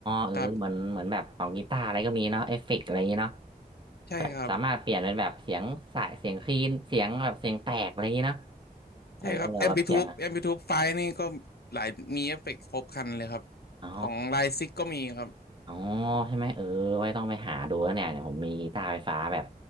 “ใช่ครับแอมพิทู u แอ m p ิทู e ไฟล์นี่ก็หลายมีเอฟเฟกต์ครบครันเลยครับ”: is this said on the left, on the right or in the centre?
Left